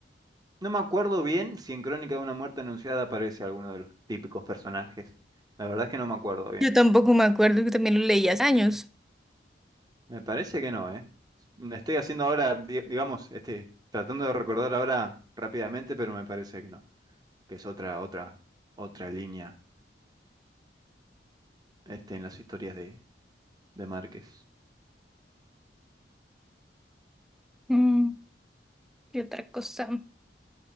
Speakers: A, on the right; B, in the centre.
A: no me acuerdo bien si en Crónica de una muerte anunciada aparece alguno de los típicos personajes. La verdad es que no me acuerdo bien.
B: Yo tampoco me acuerdo que también lo leí hace años.
A: Me parece que no, ¿eh? Me Estoy haciendo ahora, di- digamos, este, tratando de recordar ahora rápidamente, pero me parece que no, que es otra, otra, otra línea, este, en las historias de, de Márquez.
B: Mm, ¿qué otra cosa?